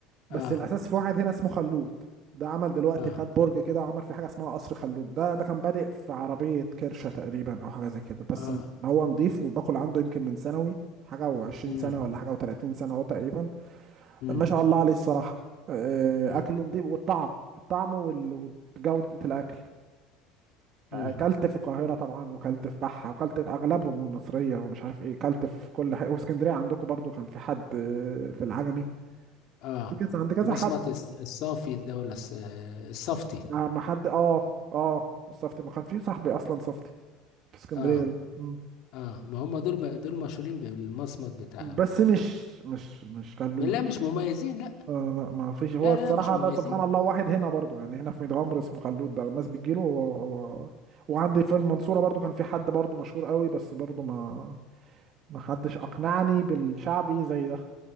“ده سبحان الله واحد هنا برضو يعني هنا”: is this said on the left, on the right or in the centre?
Right